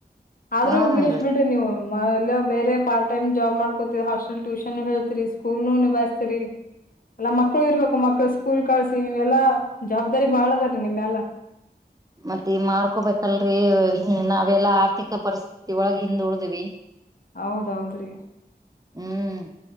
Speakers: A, on the left (about 55°); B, on the right (about 20°).
A: ಆದ್ರೂ
B: ಹನ್ರಿ
A: ಬೇಷ್ಟ ಬಿಡ್ರ ನೀವು ಮ ಎಲ್ಲ ಬೇರೆ ಪಾರ್ ಟೈಮ್ ಜಾಬ್ ಮಾಡ್ಕೋತಿರಿ ಹಾಸ್ಟೆಲ್ ಟ್ಯೂಷನ್ ಹೇಳ್ತೀರಿ ಸ್ಕೂಲ್ನು ನಿಭಾಯ್ತರಿ ಎಲ್ಲ ಮಕ್ಕಳು ಇರ್ಬೇಕು ಮಕ್ಳು ಸ್ಕೂಲ್ ಕಳ್ಸಿ ನೀವೆಲ್ಲಾ ಜವಾಬ್ದಾರಿ ಬಾಳ ಅದ ರೀ ನಿಮ್ಮೆಲ್ಲ
B: ಮತ್ತೆ ಮಾಡ್ಕೋಬೇಕಲ್ರರಿ ನಾವೆಲ್ಲಾ ಆರ್ಥಿಕ ಪರಿಸ್ಥತಿ ಒಳಗೆ ಹಿಂದ ಉಳ್ದಿವವಿ
A: ಹೌದೌದ್ರಿ
B: ಹ್ಮ್